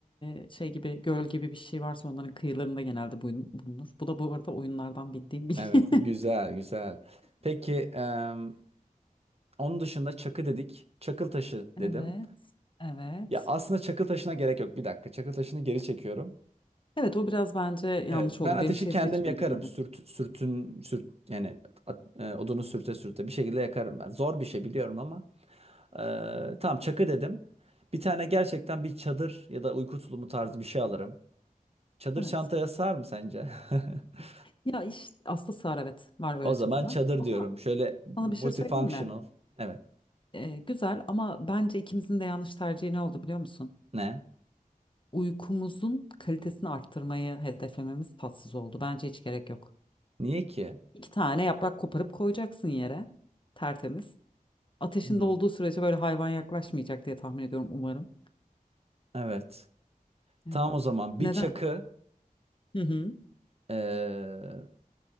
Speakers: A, on the left; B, on the right.
A: ee, şey gibi göl gibi bir şey varsa onların kıyılarında genelde buyun- bulunur. Bu da bu arada oyunlardan bildiğim bir.
B: Evet,
A: <laughs>
B: güzel güzel. Peki em, onun dışında çakı dedik. Çakıl taşı
A: Evet.
B: dedim.
A: Evet.
B: Ya aslında çakıl taşına gerek yok. Bir dakika. Çakıl taşını geri çekiyorum.
A: Evet o biraz bence yanlış
B: Evet, ben
A: oldu.
B: ateşi
A: Benim şey
B: kendim
A: seçimi
B: yakarım.
A: gibiydi.
B: Sürt, sürtün, sürt, yani at- e, odunu sürte sürte bir şekilde yakarım ben. Zor bir şey biliyorum ama. Eee tamam çakı dedim. Bir tane gerçekten bir çadır ya da uyku tulumu tarzı bir şey alırım. Çadır
A: Evet.
B: çantaya sığar mı sence? <laughs>
A: Ya işte aslında sığar evet var öyle
B: O zaman
A: çadırlar.
B: çadır
A: Ama
B: diyorum. Şöyle
A: sana
B: multifunctional.
A: bir şey söyleyeyim mi?
B: Evet.
A: Ee, güzel ama bence ikimizin de yanlış tercihi ne oldu biliyor musun?
B: Ne?
A: Uykumuzun kalitesini arttırmayı hedeflememiz tatsız oldu. Bence hiç gerek yok.
B: Niye ki?
A: İki tane yaprak koparıp koyacaksın yere tertemiz. Ateşinde
B: Hmm,
A: olduğu sürece böyle hayvan yaklaşmayacak diye tahmin ediyorum umarım.
B: Evet. Tamam
A: Evet.
B: o zaman
A: Neden?
B: bir çakı
A: Hı hı.
B: eee,